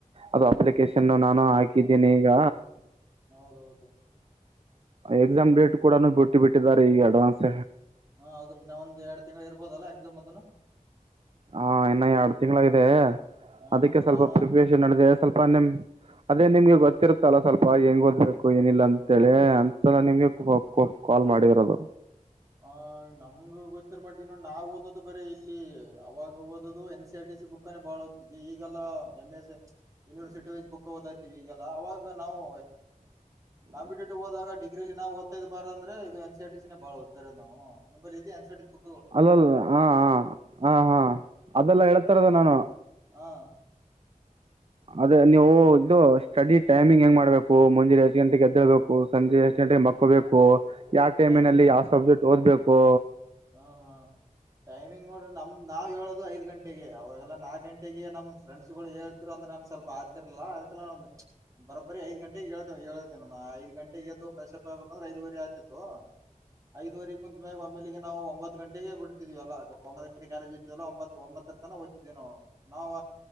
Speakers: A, on the right; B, on the right.
A: ಅದು
B: ಹಾ
A: ಅಪ್ಲಿಕನ್ ನಾನು ಹಾಕಿ. ಹಾಕ್ಕಿದಿನಿ ಈಗ
B: ಹೌದೌದು.
A: ಎಕ್ಸಾಮ್ ಡೇಟ್ ಕೂಡ ಬಿಟ್ಟಿ ಬಿಟ್ಟಿದ್ದಾರೆ ಈಗ ಅಡ್ವಾನ್ಸ್.
B: ಹಾ ಹೌದು ಇನ್ನ ಒಂದ ಎಡ್ ತಿಂಗಳು ಇರ್ಬೋದಲ್ಲಾ ಎಕ್ಸಾಮ್ ಅದ್ದನು.
A: ಹಾ ಇನ್ನು ಎರಡು ತಿಂಗಳಾಗಿದೆ
B: ಹ್ಮ್
A: ಅದಕ್ಕೆ
B: ಹ್ಮ್
A: ಸ್ವಲ್ಪ
B: ನಾನು
A: ಪ್ರಿಪೇಷನ್ ನೆಡೆದಿದ್ದೆ ಸ್ವಲ್ಪ ನಿಮ್. ಅದೇ ನಿಮ್ಗೆ ಗೊತ್ತಿರುತ್ತಲ್ಲ ಸ್ವಲ್ಪ ಹೆಂಗ್ ಓದ್ಬೇಕು ಏನಿಲ್ಲ ಅಂತೇಳಿ ಅಂತಸಲ ನಿಮ್ಗೆ. ಕಾಲ್ ಮಾಡಿರೋದು.
B: ಆ ನಮ್ಗ ಗೊತ್ತಿರೊ ಮಟ್ಟಿಗೆ ಈಗ ನಾವ್ ಓದು ಬರೀ ಇಲ್ಲಿ ಅವಾಗ ಓದದು N C R T C book. ಬುಕ್ನ ಬಾಳಓತಿದ್ವಿ ಈಗಲ್ಲಾ M S A university wise book ಓದ. ಈಗಲ್ಲ ಅವಾಗ ನಾವು. ಕಂಪಿಟಿವ್ ಹೋದಾಗ ಡಿಗ್ರೀ ನಾವು ಓದ್ತ್ ಬಾರ ಅಂದ್ರೆ ಇದು N C R T C ನೇ ಬಾಳ. ನಾವು ಬರೀ ಇದೆ N C R T C book.
A: ಅಲ್ಲಲ್ಲ ಹ ಹ ಹಾ
B: ಹ್ಮ್
A: ಹಾ ಅದೆಲ್ಲ ಹೇಳ್ತಾಯಿರೋದು
B: ಅ-
A: ನಾನು.
B: ಹಾ
A: ಅದೇ ನೀವು ಇದು ಸ್ಟಡಿ ಟೈಮಿಂಗ್ ಹೆಂಗ ಮಾಡ್ಬೇಕು ಮುಂಜಿನ ಐದು ಗಂಟೆಗೆ ಎದ್ದಳ್ಬೇಕು. ಸಂಜೆ ಎಷ್ಟು ಗಂಟೆಗೆ ಮಕ್ಕೋಬೇಕು ಯಾವ ಟೈಮಿನಲ್ಲಿ
B: ಟೈಮಿಂಗ್
A: ಯಾವ ಸಬ್ಜೆಕ್ಟ್ ಓದ್ಬೇಕು.
B: ಹಾ ಹಾ ಟೈಮಿಂಗ್ ನೋಡ್ರಿ ನಮ್ ನಾವ ಎಳೋದು ಐದು ಗಂಟೆಗೆ ಅವಗೆಲ್ಲ ನಾಲ್ಕ ಗಂಟೆಗೆ ನಮ್. ಫ್ರೆಂಡ್ಸ್ಗಳು ಹೇಳ್ತಿರು ಅವಾಗ ನನಗೆ ಸ್ವಲ್ಪ ಆತಿರ್ಲ್ಲ ಅದಕ್ಕೆ ನಾ. ಬರೋಬರಿ ಐದ್ ಗಂಟೆಗೆ ಎಳತೇನ ಹೇಳ್ದೇ ನಾ ಐದ ಗಂಟೆಗೆ ಎದು ಫ್ರೆಶ್ಪ್ ಆಗ್ಬೇಕಂದ್ರೆ ಐದುವರಿ ಆತಿತ್ತು. ಐದುವರೆ ಕುಂತ್ ಮೇಲೆ ಆಮೇಲಿಗೆ. ನಾವು ಒಂಬತ್ತು ಗಂಟೆಗೆ ಬಿಡ್ತಿದೀವೆಲ್ಲಾ ಒಂಬತ್ ಗಂಟೆ ಕಾಲೇಜ ಇತಲ್ಲ ಒಂಬತ್ತ ಒಂಬತ್ತರ ತನ ಹೋದ್ತಿದ್ದವಿ ನಾವು ನಾವು